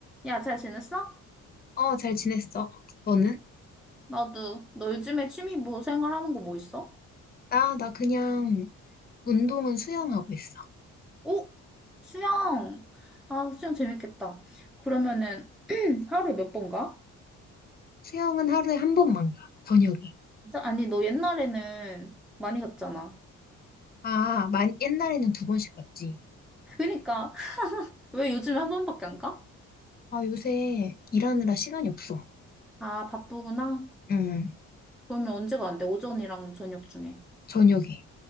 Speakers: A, in the centre; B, on the left (about 30°).
A: 야, 잘 지냈어?
B: 어, 잘 지냈어. 너는?
A: 나도. 너 요즘에 취미 뭐 생활하는 거 뭐 있어?
B: 나, 나 그냥 운동은 수영하고 있어.
A: 오? 수영. 아, 수영 재밌겠다. 그러면은 <clears throat> 하루에 몇 번 가?
B: 수영은 하루에 한 번만 가, 저녁에.
A: 진짜? 아니, 너 옛날에는 많이 갔잖아.
B: 아, 만, 옛날에는 두 번씩 갔지.
A: <laughs> 그니까 왜 요즘에 한 번밖에 안 가?
B: 아, 요새 일하느라 시간이 없어.
A: 아, 바쁘구나.
B: 응,
A: 그러면 언제 가는데? 오전이랑 저녁 중에.
B: 저녁에.